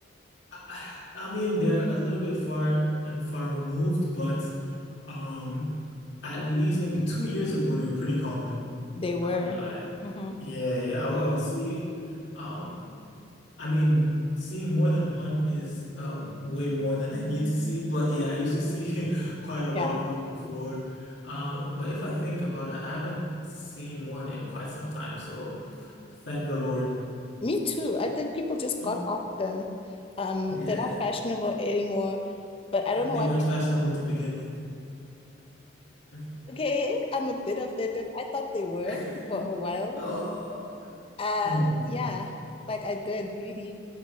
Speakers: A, on the left; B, on the left.
A: I, I mean, they're a little bit far and far removed, but um, at least maybe two years ago, they were pretty common.
B: They were.
A: I won't lie.
B: hmm
A: Yeah, yeah, I, would I would see. Um, I mean, seeing more than one is um, way more than I need to see. But yeah, I used to see <laughs> quite a lot
B: Yeah.
A: of them before. Um, but if I think about it, I haven't seen one in quite some time. So thank the Lord.
B: Me too. I think people just
A: Mm,
B: got off them. Um,
A: Yeah,
B: they're not fashionable anymore. But I don't
A: they
B: know why
A: weren't
B: people,
A: fashionable to begin with. <laughs>
B: okay, I'm a bit offended. I thought they were
A: <laughs>
B: for a while.
A: Oh,
B: Uh,
A: hmm.
B: yeah, like I did really.